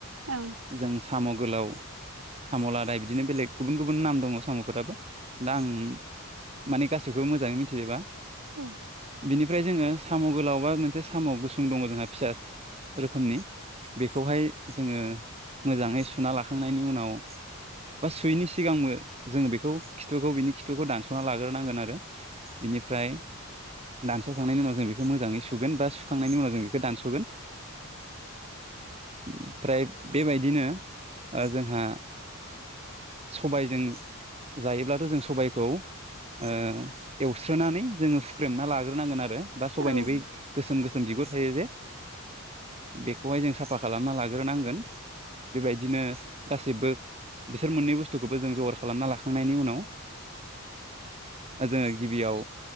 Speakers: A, on the right (about 75°); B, on the right (about 30°).
A: ओं औ
B: जों साम' गोलाव साम' लादाय बिदिनो बेलेग गुबुन गुबुन नाम दङ साम'फोराबो दा आं माने गाैखौबो मोजाङै मिथिजोबा।
A: औ
B: बिनिफ्राय जोङो साम' गोलावबा मोनसे साम' गुसुं दङ जोंहा फिसा रोखोमनि बेखौहाय जोङो मोजाङै सुना लाखांनायनि उनाव बा सुयैनि सिगांबो जोङो बेखौ खिथुखौ बिनि खिथुखौ दानस'ना लाग्रोनांगोन आरो बिनिफ्राय दानसावखांनायनि उनाव जों बेखौ मोजाङै सुगोन बा सुखांनायनि उनाव जों बे खौ दानसगोन। ओमफ्राय बेबायदिनो जोंहा सबायजों जायोब्लाथ' जों सबायखौ ओ एवस्रोनानै जोङो फुख्रेमना ला सुगोर नांगोन आरो बा
A: ओं
B: सबायनि बै गोसोम-गोसोम बिगुर थायो जे बेखौहाय जोङो सा साफा खालामना लाग्रोनांगोन बेबायदिनो गासैबो बिसोर मोननै बुस्तुखौबो जों जगार खालामना लाखांनायनि उनाव जोङो गिबियाव